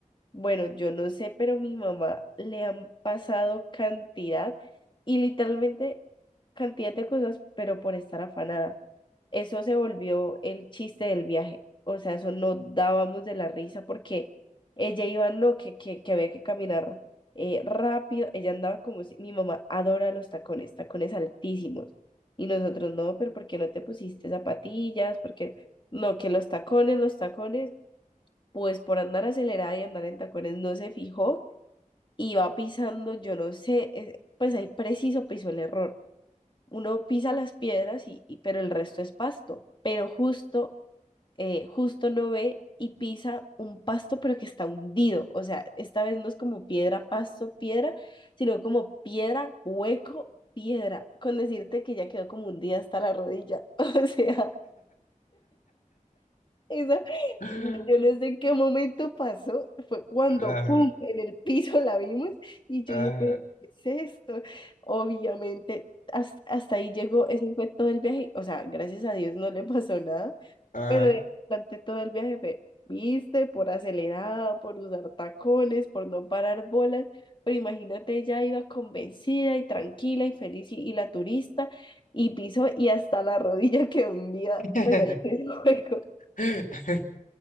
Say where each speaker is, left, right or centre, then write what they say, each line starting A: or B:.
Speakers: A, on the left; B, on the left.
A: Bueno, yo no sé, pero mi mamá le han pasado cantidad y literalmente cantidad de cosas, pero por estar afanada. Eso se volvió el chiste del viaje. O sea, eso no dábamos de la risa porque ella iba, no, que, que, que había que caminar eh, rápido. Ella andaba como si mi mamá adora los tacones, tacones altísimos. Y nosotros no, pero ¿por qué no te pusiste zapatillas? Porque no, que los tacones, los tacones pues por andar acelerada y andar en tacones no se fijó y va pisando, yo no sé, eh, pues ahí preciso pisó el error. Uno pisa las piedras y, y- pero el resto es pasto, pero justo, eh, justo no ve y pisa un pasto pero que está hundido, o sea, esta vez no es como piedra, pasto, piedra, sino como piedra, hueco, piedra, con decirte que ya quedó como hundida hasta la rodilla, <laughs> o sea. Esa,
B: <laughs>
A: yo no sé en qué momento pasó, fue cuando,
B: <gasps> Ajá,
A: ¡pum!, en el piso la vimos y yo
B: ajá,
A: dije, pero, ¿qué es esto? Obviamente, hasta, hasta ahí llegó, ese fue todo el viaje, o sea, gracias a Dios no le pasó nada,
B: ajá.
A: pero de- durante todo el viaje fue, viste, por acelerada, por usar tacones, por no parar bolas, pero imagínate, ella iba convencida y tranquila y feliz y, y la turista y piso y hasta la rodilla <laughs> que un día,
B: <laughs>
A: pues ahí <laughs>
B: <laughs>